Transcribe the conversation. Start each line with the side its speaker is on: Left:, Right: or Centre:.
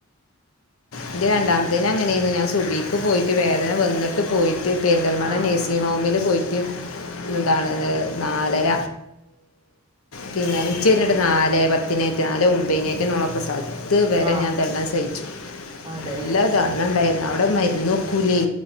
Left: ന്റെ രണ്ടാമത്തേന് അങ്ങനെയായിരുന്നു ഞാൻ സുബ്ഹിക്ക് പോയിട്ട് വേദന വന്നിട്ട് പോയി് ട്ട് പേന്തൽമണ്ണ
Right: ആഹ്
Left: നഴ്സിംഗ് ഹോമില് പോയിട്ട് എന്താണ് നാലര പിന്നെ ഉച്ചരിഞ്ഞിട്ട് നാല് പത്തിനേറ്റ നാല് ഒമ്പതിനേറ്റ നൂള പ്രസായി ഇതു വരെ
Right: ആഹ്
Left: ഞാൻ തെണ്ണം സഹിച്ചു
Right: അതെ
Left: നല്ലതണ്ണണ്ടായിരുന്നു അവിടെ മരുന്നോക്കൂലേ